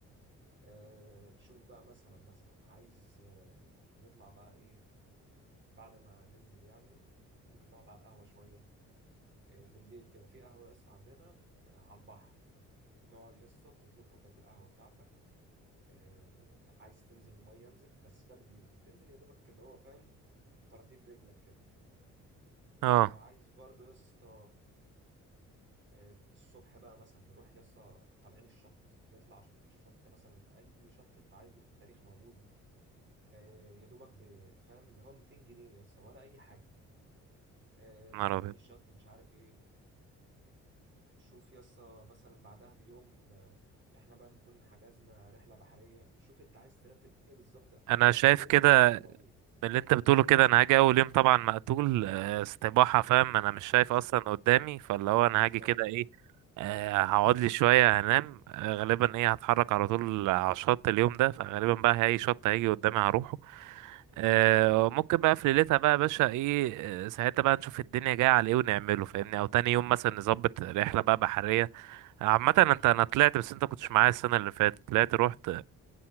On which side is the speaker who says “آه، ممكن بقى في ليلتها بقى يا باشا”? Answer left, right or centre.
Right